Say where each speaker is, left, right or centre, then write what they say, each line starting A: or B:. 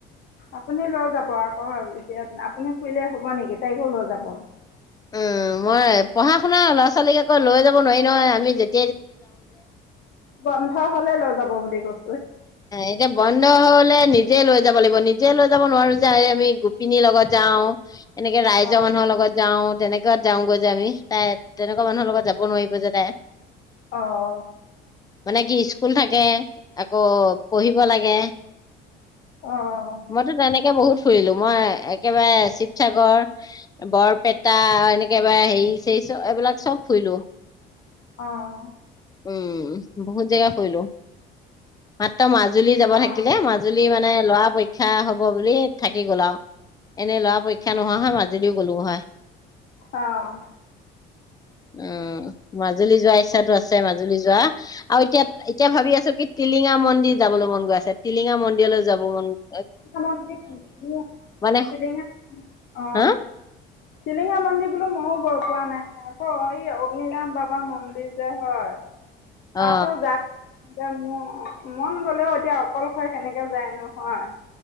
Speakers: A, on the left; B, on the left.
A: আপুনি লৈ যাব আকৌ এতিয়া আপুনি ফুৰিলেই হ'ব নেকি তাইকো লৈ যাব।
B: উম মই পঢ়া শুনা ল'ৰা ছোৱালীকে আকৌ লৈ যাব নোৱাৰি নহয় আমি তেতিয়া
A: বন্ধ হলে লৈ যাব বুলি কৈছো।
B: এতিয়া বন্ধ হলে নিজ নিজে লৈ যাব লাগিব, নিজে লৈ যাব নোৱাৰো যে আই আমি গোপিনীৰ লগত যাওঁ। এনেকে ৰাইজৰ
A: অঁ
B: মানুহৰ লগত যাওঁ। তেনেকোৱাত যাওঁগৈ যে আমি তাই তেনেকুৱা মানুহৰ লগত যাব নোৱাৰিব যে তাই
A: অহ
B: মানে কি স্কুল থাকে অহ পঢ়িব লাগে
A: অঁ
B: মইতো তেনেকে বহুত ফুৰিলো, মই একেবাৰে শিৱসাগৰ বৰপেটা এনেকেবা হেৰি খেইছৱ এইবিলাক চব ফুৰিলো
A: অহ অহ
B: উম, বহুত জেগা ফুৰিলোঁ। মাত্ৰ মাজুলী যাব
A: অঁ
B: থাকিলে, মাজুলী মানে লৰা পৰীক্ষা হব বুলি থাকি গল আৰু। এনেই লৰা পৰীক্ষা নোহোৱা হয় ভাল। যদিও গ'লো হয়
A: অঁ অঁ
B: উম, মাজুলী যোৱা ইচ্ছাতো আছে মাজুলী যোৱা আৰু এতিয়া এতিয়া ভাবি আছো কি তিলি টিলিঙা মন্দিৰ যাব মন গৈ আছে, টিলিঙা মন্দিৰলৈ যাব মন গ
A: টিলিঙা
B: মানে হা
A: মন্দিৰ বোলো মইয়ো গৈ পোৱা নাই নহয় অ এই অগ্নীৰাম বাবা মন্দিৰ যে হয় তাতো
B: অ
A: যায় এতিয়া ম মন গলেও এতিয়া অকলশৱে কেনেকে যায় নো হয়